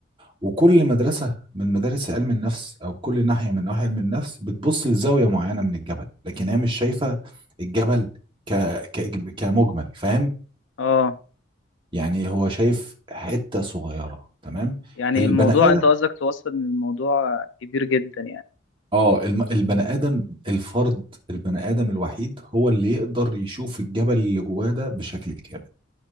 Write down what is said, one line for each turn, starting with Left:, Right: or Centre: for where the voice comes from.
Right: وكل مدرسه من مدارس علم النفس او كل ناحيه من نواحي علم النفس بتبص لزاويه معينه من الجبل لكن هي مش شايفه الجبل ك... ك... كمجمل فاهم
Left: اه
Right: يعني هو شايف حتة صغيرة تمام
Left: يعني
Right: البني
Left: الموضوع
Right: تمام
Left: انت
Right: آدم
Left: قصدك توصل ان الموضوع كبير جدا
Right: اه الم- البني آدم الفرد البني آدم الوحيد هو اللي يقدر يشوف الجبل اللي جواه ده بشكل كامل